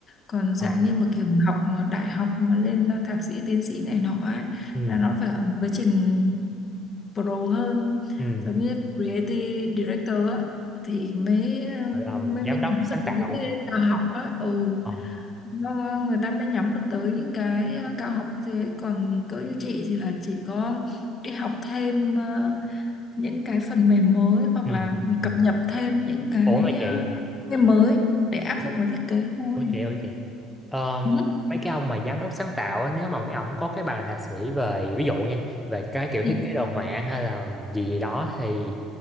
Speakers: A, on the left (about 35°); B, in the centre.
A: còn dạng
B: ờ
A: như mà kiểu học mà đại học mà lên ờ, thạc sĩ tiến sĩ này nọ ấy
B: ừ
A: là nó phải ở một quá trình pro hơn
B: ừ
A: giống như creative director á thì mới ờ,
B: Gọi là
A: mới mới
B: giám
A: nhắm
B: đốc sáng
A: được tới
B: tạo
A: cái cao học á ừ
B: ờ
A: nó, người ta mới nhắm được tới những cái ờ, cao học như thế còn cỡ như chị thì là chỉ có đi học thêm ờ, những cái phần mềm mới hoặc
B: ừ
A: là
B: ừ
A: cập nhật thêm những cái
B: ủa mà
A: ờ,
B: chị
A: cái mới để áp
B: ủa
A: dụng vào thiết kế thôi
B: ủa chị ơi chị Ờ,
A: ừ.
B: mấy cái ông mà giám đốc sáng tạo á, nếu mà mấy ông có cái bằng thạc sĩ về ví dụ nha về cái kiểu
A: Ừ.
B: thiết kế đồ họa hay là gì gì đó thì